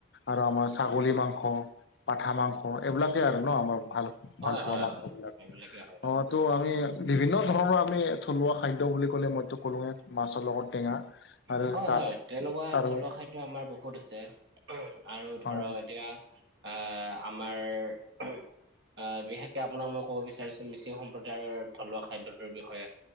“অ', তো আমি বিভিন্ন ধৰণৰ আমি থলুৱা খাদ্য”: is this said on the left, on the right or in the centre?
Left